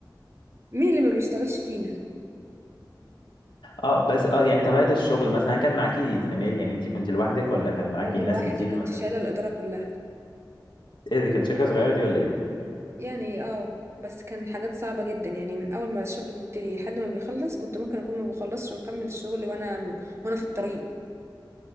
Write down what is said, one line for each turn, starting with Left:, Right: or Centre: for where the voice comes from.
Right: مين اللي ما بيشتغلش فينا
Left: اه بس اه يعني طبيعة الشغل مثلا كان معاكي زميل يعني انت كنت لوحدك ولا كان معاكي
Right: كنت لوحدي
Left: ناس كتير
Right: كنت
Left: مثلا
Right: شايله الاداره كلها
Left: ايه دي كان شركة صغيرة دي ولا ايه
Right: يعني اه بس كان حاجات صعبة جدا يعني من أول ما الشغل بيبتدي لحد ما بيخلص كنت ممكن أكون ما بخلصش وأكمل الشغل وأنا وأنا في الطريق